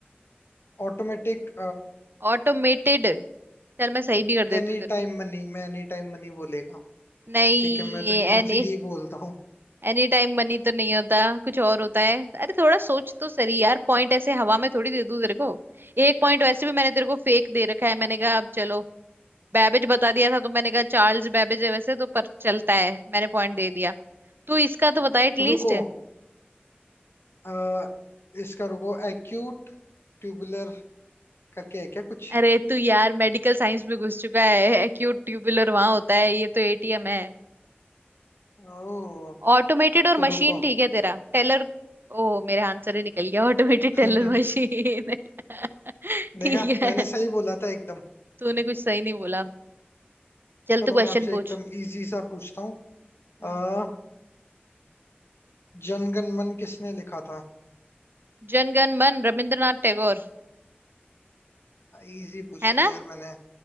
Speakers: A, on the left; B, on the right.
A: ऑटोमेटिक
B: ऑटोमेटेड चल मैं सही भी कर देती
A: एनी
B: हूँ तेरे
A: टाइम
B: को
A: मनी मैं एनी टाइम मनी बोलेगा
B: नहीं
A: ठीक है मैं तो ये
B: एनी
A: मैं तो यही बोलता हूँ
B: एनी टाइम मनी तो नहीं होता कुछ और होता है अरे थोड़ा सोच तो सही यार पॉइंट ऐसे हवा में थोड़ी दे दूँ तेरे को एक पॉइंट वैसे भी मैंने तेरे को फेक दे रखा है मैंने कहा अब चलो बैबेज बता दिया था तो मैंने कहा चार्ल्स बैबेज है वैसे तो पर चलता है मैंने पॉइंट दे दिया तू इसका तो बता एटलीस्ट
A: रुको आ, इसका रुको एक्यूट ट्यूबुलर करके है क्या कुछ
B: अरे तू यार मेडिकल साइंस में घुस चुका है एक्यूट ट्यूबुलर वहां होता है ये तो एटीएम है
A: ओ
B: ऑटोमेटेड और
A: तो
B: मशीन
A: रुको
B: ठीक है तेरा टेलर ओ मेरे आंसर ही निकल गया ऑटोमेटेड
A: <laughs>
B: टेलर मशीन <laughs>
A: देखा
B: ठीक है
A: मैंने सही बोला था एकदम
B: तूने कुछ सही नहीं बोला चल
A: चलो
B: तू
A: मैं
B: क्वेश्चन
A: आपसे एकदम
B: पूछ
A: इजी सा पूछता हूँ
B: हम्म
A: अ, जनगण मन किसने लिखा था
B: जनगण मन रविंद्रनाथ टैगोर
A: इजी पूछ
B: है ना
A: लिया यार मैंने